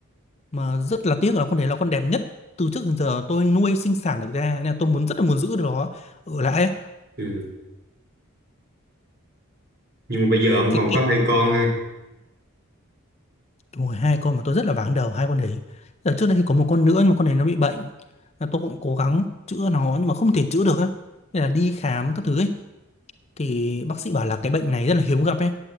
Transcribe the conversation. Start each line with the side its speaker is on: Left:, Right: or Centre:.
Left: mà rất là tiếc là con đấy là con đẹp nhất từ trước đến giờ tôi nuôi sinh sản được ra nên là tôi muốn rất là muốn giữ được nó ở lại ấy.
Right: ừ. nhưng mà bây giờ ông
Left: cái,
Right: còn có
Left: cái
Right: hai con ha
Left: đúng rồi, hai con mà tôi rất là váng đầu hai con đấy giờ trước đây thì có một con nữa nhưng mà con đấy nó bị bệnh là tôi cũng cố gắng chữa nó nhưng mà không thể chữa được á nên là đi khám các thứ ấy thì bác sĩ bảo là cái bệnh này rất là hiếm gặp ấy